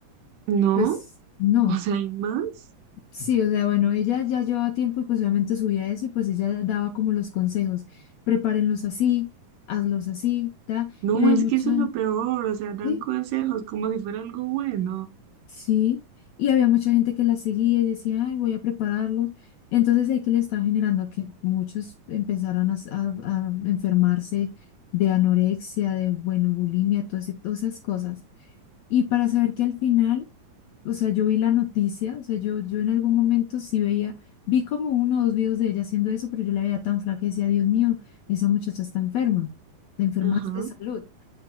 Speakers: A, on the right (about 80°); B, on the left (about 80°).
A: no,
B: Pues no,
A: o sea, hay más.
B: sí, o sea, bueno, ella ya llevaba tiempo y pues obviamente subía eso y pues ella daba como los consejos, prepárenlos así, hazlos así, ta,
A: No,
B: y había
A: es
B: mucha,
A: que eso es lo peor, o sea, dan
B: sí,
A: consejos como si fuera algo bueno.
B: sí, y había mucha gente que la seguía y decía, ay, voy a prepararlos. Entonces ahí que le estaba generando a que muchos empezaron a, s- a- a enfermarse de anorexia, de, bueno, bulimia, todas esas cosas. Y para saber que al final, o sea, yo vi la noticia, o sea, yo, yo en algún momento sí veía, vi como uno o dos videos de ella haciendo eso, pero yo la veía tan flaca y decía, Dios mío, esa muchacha está enferma, te enfermas
A: Ajá,
B: de salud.